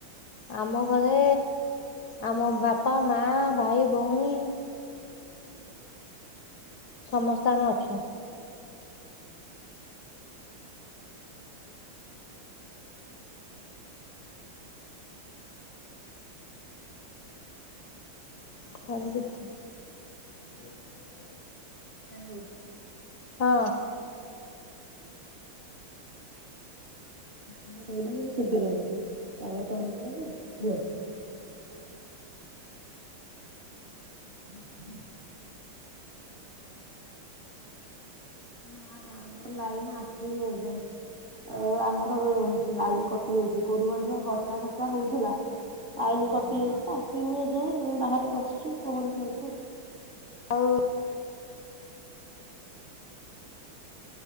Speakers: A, on the left; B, on the right.
A: ଆମ ଘରେ ଆମ ବାପା, ମା, ଭାଇ, ଭଉଣୀ। ସମସ୍ତେ ଆମେ ଅଛୁ। ଘର କେତେଟା? ହୁ <unintelligible>
B: ହ୍ୟାଲୋ।
A: ହଁ।
B: କଣ କହିଲା ମାନେ ଶୁଭିଲାନି ତାୱର ପାଉଥିଲା ଯେ ପୁଅ ହୁଁ ହୁଁ ନା ନା ଆମର ଲାଇନ ଆସିନି ଏଯାଏଁ ଆଉ ଆମର ଲାଇନ କ <unintelligible> ବର୍ଷା ବର୍ଷା ହୋଉଥିଲା। ଲାଇନ କଟି ଯାଇଚି ଆସିନି ଏଯାଏ ବାହାରେ ବସିଚୁ ପବନ ଖାଉଚୁ।
A: ହଉ